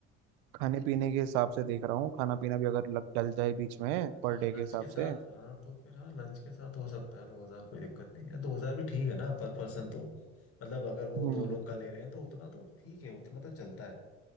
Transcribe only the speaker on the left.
अच्छा
हाँ
लंच
के साथ
हाँ तो फिर हाँ लंच के साथ हो सकता है दो हजार कोई दिक्कत नहीं है दो हजार भी ठीक है ना पर पर्सन तो मतलब अगर वो
दो लोग का ले रहे हैं तो उतना तो ठीक है उतना तो चलता है